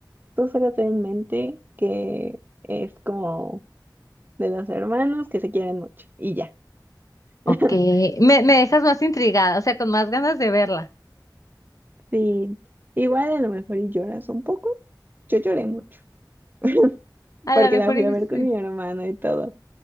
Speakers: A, on the right; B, on the left.
A: tú solo ten en mente que es como de dos hermanos que se quieren mucho y ya.
B: Ok,
A: <laughs>
B: me, me dejas más intrigada, o sea, con más ganas de verla.
A: Sí, igual a lo mejor y lloras un poco. Yo lloré mucho <laughs>
B: A
A: porque
B: lo mejor
A: la fui
B: y
A: a ver
B: sí.
A: con mi hermano y todo.